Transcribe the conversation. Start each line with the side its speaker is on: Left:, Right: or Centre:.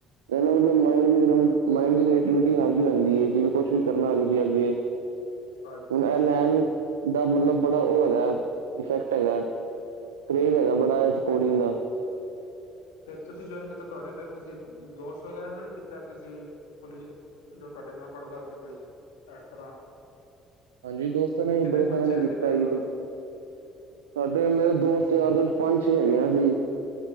Right: ਇਹਦਾ ਮਤਲਬ ਹੈ ਮਾਈਂਡ ਦੀ ਐਕਟੀਵਿਟੀ ਹੈਗੀ ਆਂਦੀ ਹੈ, ਜਿਵੇਂ ਕੁਛ ਵੀ ਕਰਨਾ ਹੋ ਤੁਸੀਂ ਅੱਗੇ
Left: ਅੱਛਾ
Right: ਹੁਣ ਐ
Left: ਅੱਛਾ
Right: ਨੈਣ ਦਾ ਮਤਲਬ ਬੜਾ ਔ ਹੈਗਾ ਹੋ ਇਫੈਕਟ ਹੈਗਾ, ਕਰੇਜ ਹੈਗਾ ਬੜਾ
Left: ਠੀਕ।
Right: ਸਕੋਡਿੰਗ ਦਾ
Left: ਤੇ ਤੁਸੀਂ ਜੁਆਇਨ ਕੀਤਾ ਤੁਹਾਡੇ ਫਿਰ ਕਿ ਸੀ ਦੋਸਤ ਵਗੈਰਾ ਨੇ ਵੀ ਕੀਤਾ ਕਿਸੀ ਕੋਲੀਗ, ਜੋ ਤੁਹਾਡੇ ਨਾਲ ਪੜ੍ਹਦਾ ਸੀ ਕੋਈ ਇਸ ਤਰ੍ਹਾਂ
Right: ਹਾਂਜੀ ਦੋਸਤਾਂ ਨੇ
Left: ਕਿੰਨੇ
Right: ਬੜੇ
Left: ਕੁ ਬੱਚੇ
Right: ਸਾਰਿਆਂ ਨੇ
Left: ਹੈਗੇ
Right: ਕੀਤਾ
Left: ਤੁਹਾਡੇ
Right: ਜੀ,
Left: ਨਾਲ
Right: ਸਾਡੇ ਮੇਰੇ ਦੋਸਤ ਮੇਰੇ ਯਾਰ ਦੋਸਤ ਪੰਜ ਛੇ ਹੈਗੇ ਆਂ ਅਸੀ